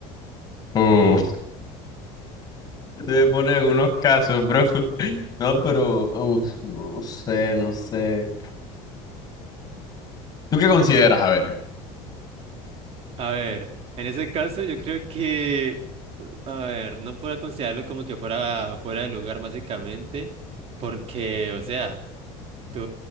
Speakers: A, on the left; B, on the right.
A: Uf, te ponen en unos casos, bro. <laughs> No, pero, uf, no sé, no sé. ¿Tú qué consideras? A ver.
B: A ver, en ese caso yo creo que, a ver, no puedo considerarlo como que fuera fuera de lugar básicamente, porque, o sea, tú